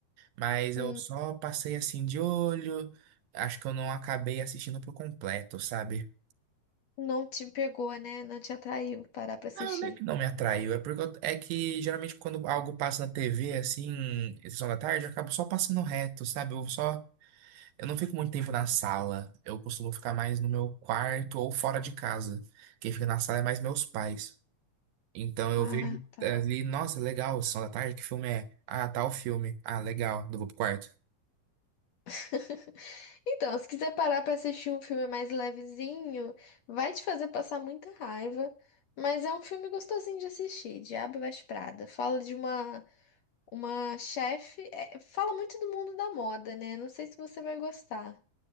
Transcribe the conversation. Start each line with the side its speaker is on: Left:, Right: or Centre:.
Right: mas
Left: Hum,
Right: eu só passei assim de olho. Acho que eu não acabei assistindo por completo, sabe?
Left: não te pegou, né? Não te atraiu parar pra assistir.
Right: Não, não é que não me atraiu, é porque eu- é que geralmente quando algo passa na TV assim, em sessão da tarde, eu acabo só passando reto, sabe? Eu só Eu não fico muito tempo na sala. Eu costumo ficar mais no meu quarto ou fora de casa. Quem fica na sala é mais meus pais. Então eu
Left: Ah,
Right: vejo
Left: tá.
Right: é, ali, nossa, legal, Sessão da Tarde, que filme é? Ah, tal filme. Ah, legal, eu vou pro quarto.
Left: <laughs> Então, se quiser parar pra assistir um filme mais levezinho, vai te fazer passar muita raiva, mas é um filme gostosinho de assistir, Diabo Veste Prada. Fala de uma uma chefe, é, fala muito do mundo da moda, né? Não sei se você vai gostar,